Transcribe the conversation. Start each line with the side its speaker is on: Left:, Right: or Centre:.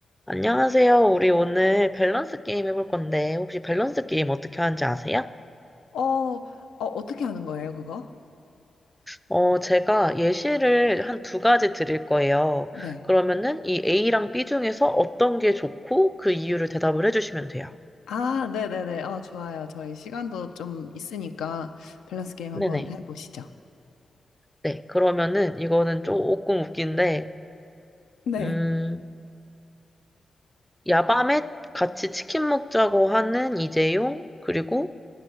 Centre: 안녕하세요. 우리 오늘 밸런스 게임 해볼 건데, 혹시 밸런스 게임 어떻게 하는지 아세요?
Left: 어, 어, 어떻게 하는 거예요, 그거?
Centre: 어, 제가 예시를 한 두 가지 드릴 거예요.
Left: 네.
Centre: 그러면은 이 A랑 B 중에서 어떤 게 좋고 그 이유를 대답을 해주시면 돼요.
Left: 아, 네네네. 어, 좋아요. 저희 시간도 좀 있으니까 밸런스 게임 한번
Centre: 네네.
Left: 해보시죠.
Centre: 네. 그러면은 이거는 조금 웃긴데,
Left: 네.
Centre: 음, 야밤에 같이 치킨 먹자고 하는 이재용, 그리고